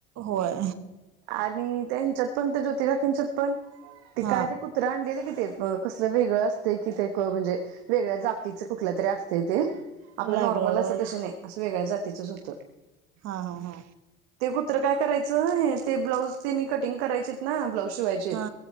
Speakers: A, on the right (about 60°); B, on the right (about 80°).
A: होय
B: आणि त्यांच्या <unintelligible> पण त्या ज्योती तुमच्यात पण ती
A: हा
B: काय <unintelligible> केलं की ते. कसलं वेगळं असतंय किथ ते म्हणजे वेगळ्या जातीच कुठल्या तरी असतंय ते. आपलं
A: लायब्रॉडवर
B: नॉर्मल असत तसं नाही. वेगळ्या जातीचंच होतं.
A: हांहाहा.
B: कुत्र काय करायचं? हे ब्लॉऊज - त्यांनी कटिंग करायचेत ना, ब्लाऊज शिवायचेत.
A: हा